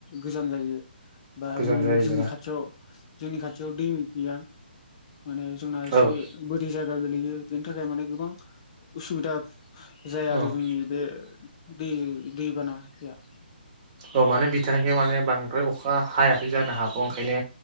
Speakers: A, on the left (about 35°); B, on the right (about 30°).
A: गोजान जायो। बा
B: गोजान
A: जों
B: जायो
A: जोंनि
B: जोंहा
A: खाथियाव जोंनि खाथियाव दै गैया। माने जोंना एसे
B: औ
A: बोरि जायगा गोलैयो बेनि थाखाय माने गोबां उसुबिदा जाया
B: औ
A: आरो जोंनि बे बे दैबाना या।
B: औ माने बिथांनिखि माने बां बांद्राय अखा हायाखै जानो हागौ ओंखायनो